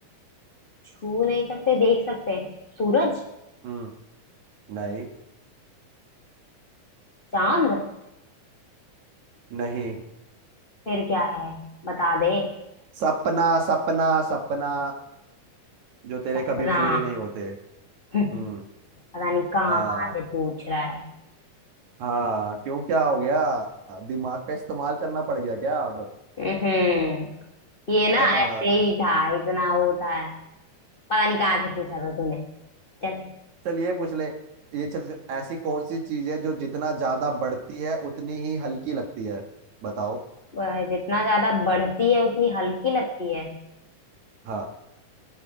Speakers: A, on the left; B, on the right.
A: छू नहीं सकते देख सकते हैं। सूरज
B: हम्म नहीं
A: चांद
B: नहीं
A: फिर क्या है बता दे
B: सपना सपना सपना जो तेरे
A: अपना
B: कभी पूरे नहीं होते
A: पता
B: हम्म
A: नहीं कहाँ
B: हाँ
A: कहाँ से पूछ रहा है
B: हाँ क्यों क्या हो गया दिमाग का इस्तेमाल करना पड़ गया क्या अब
A: हम्म ये ना
B: हाँ
A: ऐसे ही था इतना वो था पता नहीं कहाँ से पूछा था तूने चल
B: चल ये पूछ ले ये चल से- ऐसी कौन सी चीज है जो जितना ज्यादा बढ़ती है उतनी ही हल्की लगती है बताओ
A: वह जितना ज्यादा बढ़ती है उतनी हल्की लगती है
B: हाँ